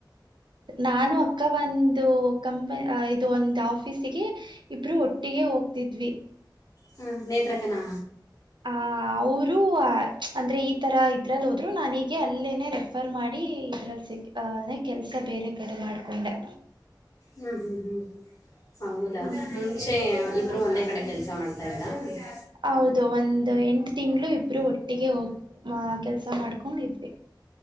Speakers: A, on the right; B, on the left.
A: ನಾನು ಅಕ್ಕ ಒಂದು ಕಂಪನಿ ಇದು ಒಂದು ಆಫೀಸಿಗಿ. ಇಬ್ರು ಒಟ್ಟಿಗೆ ಹೋಗ್ತಿದ್ವಿ.
B: ಹಾಂ ನೇತ್ರಕನಾ
A: ಹಾ ಅವರು ಅಂದ್ರೆ ಈ ಥರ ಇದ್ರಲ್ಲಿ ಹೋದರೂ ನನೀಗೆ ಅಲ್ಲೇನೆ ರೆಫರ್ ಮಾಡಿ ಇದ್ರಲ್ಲಿ ಸಿಕ್ಕ ಕೆಲ್ಸ ಬೇರೆ ಕಡೆ ಮಾಡ್ಕೊಂಡೆ
B: ಹ್ಮ್ ಹ್ಮ್ ಹ್ಮ್ ಹೌದಾ
A: ಹ್ಮ್
B: ಮುಂಚೆ ಇಬ್ರು
A: ಹೌದು
B: ಒಂದೇ ಕಡೆ ಕೆಲ್ಸ ಮಾಡ್ತ ಸದಾ <unintelligible>
A: ಹೌದು ಒಂದ್ ಎಂಟು ತಿಂಗಳು ಇಬ್ರು ಒಟ್ಟಿಗೆ ಹೋಗ್ ಕೆಲ್ಸ ಮಾಡ್ಕೊಂಡಿದ್ವಿ.